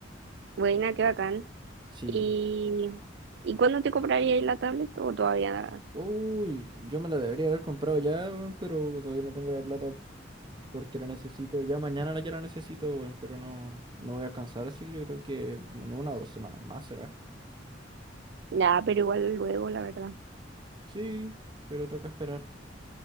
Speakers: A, on the right; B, on the right.
A: Buena, qué bacán.
B: Sí.
A: ¿Y, y cuándo te comprarías la tablet o todavía nada?
B: Uy, yo me la debería haber comprado ya, weón, pero todavía no tengo la plata porque la necesito. Ya mañana la- ya la necesito, weón, pero no, no voy a alcanzar, así que yo creo que en una o dos semanas más será.
A: Ya, pero igual luego, la verdad.
B: Sí, pero toca esperar.